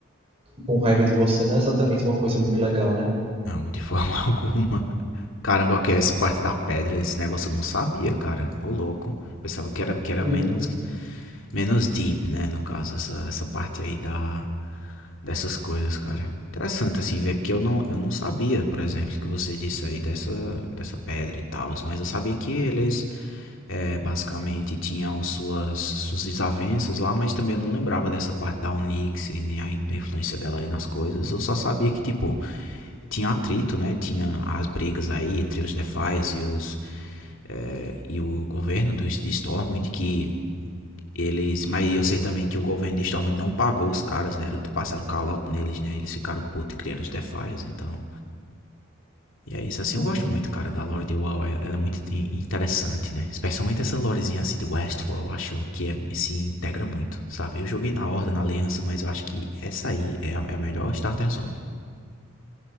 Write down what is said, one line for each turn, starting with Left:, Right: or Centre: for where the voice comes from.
Right: com raiva de você não é exatamente uma coisa muito legal, né?
Left: Não, de forma <laughs> alguma. Caramba, que é essa parte da pedra, esse negócio eu não sabia, cara. Ô, louco. Pensava que era, que era
Right: Uhum.
Left: menos, menos deep, né? No caso, essa, essa parte aí da, dessas coisas, cara. Interessante assim, velho, porque eu não, eu não sabia, por exemplo, que você disse aí dessa, dessa pedra e tal, mas eu sabia que eles eh, basicamente tinham suas, suas desavenças lá, mas também eu não lembrava dessa parte da Onyx e nem a in- influência dela aí nas coisas. Eu só sabia que, tipo, tinha atrito, né? Tinha as brigas aí entre os Defias e os eh, e o governo dos de Stormwind que eles, mas eu sei também que o governo de Stormwind não pagou os caras, né? Passaram calote neles, né? Eles ficaram putos e criaram os Defias, então. E é isso, assim,
Right: Uhum.
Left: eu gosto muito, cara, da lore de WoW. é- Ela é muito interessante, né? Especialmente essa lorezinha assim de Westfall, eu acho que é- se integra muito, sabe? Eu joguei na Horda, na Aliança, mas eu acho que essa aí é a, é a melhor Starter Zone.